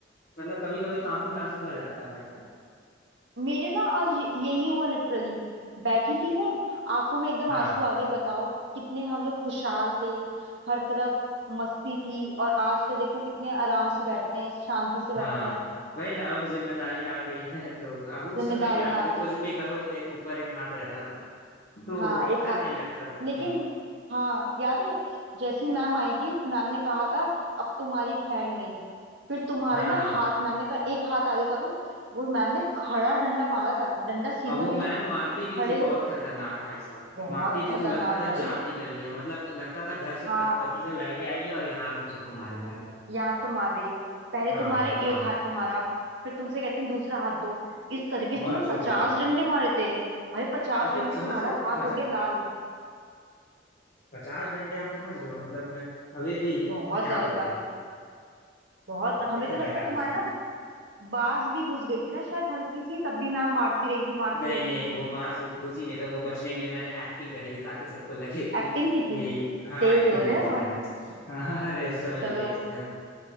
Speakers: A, on the left; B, on the right.
A: मतलब कभी कभी तो आंखों में आंसू भर जाता है भाई साहब
B: मेरे ना आज ये- यही हुआ लिटरली बैठी थी मैं आंखों में एकदम
A: हाँ
B: आंसू आ गए बताओ कितने हम लोग खुशहाल थे हर तरफ मस्ती थी और आज का देखो कितने आराम से बैठते हैं शांति से बैठे
A: हाँ
B: हैं
A: वही ना अब जिम्मेदारियां आ गई हैं तो अब उस
B: जिम्मेदारियां
A: समय क्या था कि
B: आ
A: कुछ
B: गई हैं
A: भी करो एक ऊपर एक हाथ रहता था तो
B: हाँ एक
A: डर
B: हाथ
A: नहीं लगता था
B: लेकिन
A: हम्म,
B: हाँ याद है जैसी मैम आई थी मैम ने कहा था अब तुम्हारी खैर नहीं फिर तुम्हारे
A: हाँ
B: ना
A: हाँ
B: हाथ मैम ने कहा एक हाथ आगे करो वो मैम ने खड़ा डंडा मारा था डंडा सीधा
A: और वो
B: भी
A: मैम
B: नहीं
A: मारती भी
B: खड़े
A: थी बहुत खतरनाक भाई साहब
B: बहुत
A: मारती थी
B: खतरनाक
A: तो लगता था
B: भाई
A: जान निकल गया मतलब लगता था घर से
B: हाँ
A: प- पति से लड़ के आई है और यहाँ आके सबको मारे जा रही
B: यहाँ पे मार रही है पहले
A: है
B: तुम्हारे
A: हाँ बताओ
B: एक हाथ पे मारा फिर तुमसे कहती है दूसरा हाथ दो इस तरीके
A: बहुत
B: से तुम्हें
A: चोट
B: पचास
A: लग रहा
B: डंडे
A: था
B: मारे थे भाई पचास
A: मतलब
B: डंडे
A: समझ
B: तुम्हारा
A: रहे हो
B: हाथ
A: पचा,
B: हो गया लाल
A: पचास डंडे आप समझ
B: ब-
A: रहे हो मतलब मैं अभी भी क्या
B: बहुत ज्यादा
A: बोले
B: था बहुत
A: मुझे
B: हमें
A: चला
B: तो लगता
A: यार
B: है तुम्हारे
A: उस समय
B: ना बाज भी घुस गई थी ना शायद हल्की सी तब भी मैम मारती रही थी मारती
A: नहीं
B: रही
A: नहीं
B: थी
A: वो बांस घुसी नहीं था वो बचने के लिए मैंने एक्टिंग करी थी ताकि सबको लगे कि
B: एक्टिंग की थी
A: ये हाँ
B: तेज
A: एक्टिंग
B: हो रहे
A: की थी
B: हो
A: मैंने <laughs> हाँ, अरे उस समय
B: चलो
A: भी तेज थे हम।